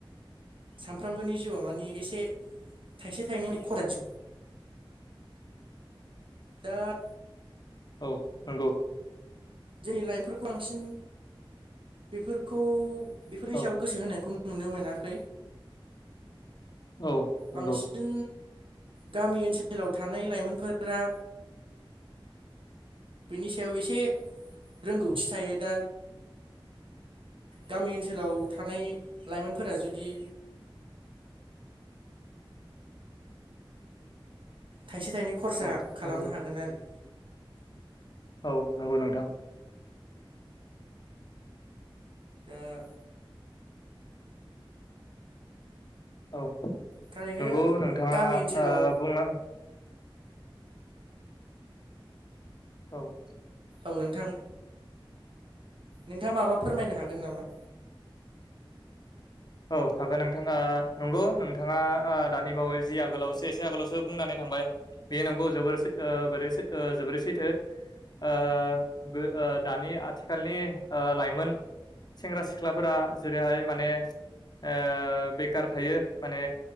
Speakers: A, on the right (about 70°); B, on the left (about 50°).
A: सानफ्रामबोनि जिउआव माने एसे थाइसे थाइनैनि खराद दा
B: औ नंगौ।
A: जोंनि लाइमोनफोरखौ बांसिन बेफोरखौ बेफोरनि
B: औ
A: सायाव गोसो होनायखौ नुनो मोनाखै
B: औ
A: बांसि
B: नंगौ
A: न गामि ओनसोलाव थानाय लाइमोनफोरा बिनि सायाव एसे रोंगौथि थायो दा गामि ओनसोलाव थानाय लाइमोनफोरा जुदि थाइसे थाइनै खरसा
B: औ
A: खालामनो
B: नंगौ नोंथां
A: हागोन आरो।
B: औ नंगौ नोंथां
A: दा
B: औ
A: थारैनो
B: नंगौ नोंथाङा
A: गामि ओनसोलाव
B: ओ <unintelligible> औ
A: औ नोंथां नोंथाङा माबा फोरमायनो हागोन नामा
B: औ हागोन नोंथाङा नंगौ नोंथाङा ओ दानि बावै जि आगोलावसो एसे आगोलावसो बुंनानै थांबाय बेयो नंगौ जोबोर ओ <unintelligible> ओ जोबोरै सैथो ओ बो ओ दानि आथिखालनि लाइमोन सेंग्रा सिख्लाफोरा जेरैहाय माने ओ बेखार थायो माने